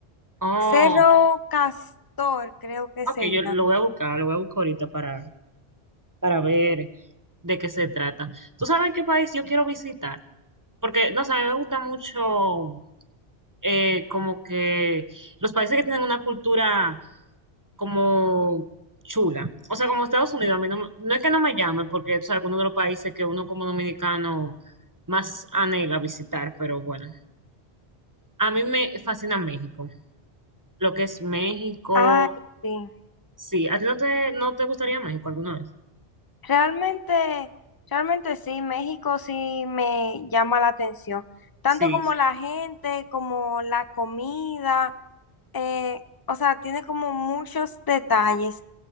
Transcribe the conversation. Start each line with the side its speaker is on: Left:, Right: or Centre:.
Right: Oh,
Left: Cerro Castor, creo que
Right: ok,
Left: se
Right: yo lo
Left: llama.
Right: voy a buscar, lo voy a buscar ahorita para. para ver de qué se trata. ¿Tú sabes qué país yo quiero visitar? Porque, no sé, a mí me gusta mucho eh, como que los países que tienen una cultura como chula. O sea, como Estados Unidos, a mí no, me- no es que no me llame, porque es alguno de los países que uno como dominicano más anhela visitar, pero bueno. A mí me fascina México, lo que es México.
Left: Ay, sí.
Right: Sí, ¿a ti no te, no te gustaría México alguna vez?
Left: Realmente, realmente sí, México sí me llama la atención, tanto
Right: Sí.
Left: como la gente, como la comida, eh, o sea, tiene como muchos detalles